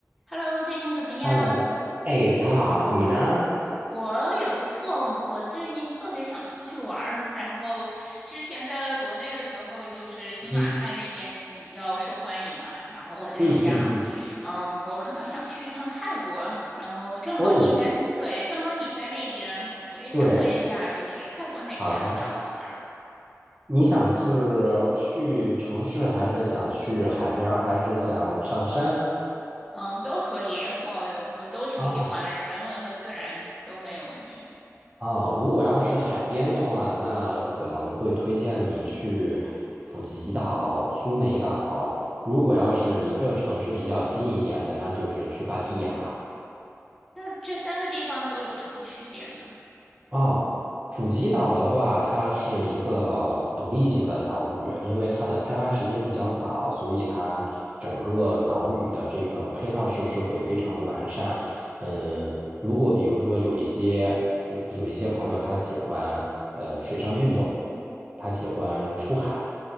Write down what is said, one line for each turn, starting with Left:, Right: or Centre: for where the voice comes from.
Centre: Hello，最近怎么样？
Right: Hello，哎，挺好，你呢？
Centre: 我也不错，我最近特别想出去玩儿。<laughs> 然后之前在国内的时候，就是新马泰那边比较受欢迎嘛。
Right: 嗯
Centre: 然后我在想，
Right: 嗯嗯嗯，
Centre: 嗯，我可能想去一趟泰国。然后正好你在，
Right: 哦，
Centre: 对，正好你在那边，我也想问一下，
Right: 对，
Centre: 就是泰国哪边儿比较好玩儿？
Right: 好呀。你想是去城市，还是想去海边儿，还是想上山？
Centre: 嗯，都可以，我我都挺喜欢，
Right: 啊
Centre: 人文和自然都没有问题。
Right: 哦，如果要是海边的话，那可能会推荐你去普吉岛、苏梅岛。如果要是离这城市比较近一点的，那就是去芭提雅。
Centre: 那这三个地方都有什么区别呢？
Right: 哦，普吉岛的话，它是一个独立性的岛屿，因为它的开发时间比较早，所以它整个岛屿的这个配套设施会非常的完善。嗯，如果比如说有一些，嗯有一些朋友他喜欢呃水上运动，他喜欢出海，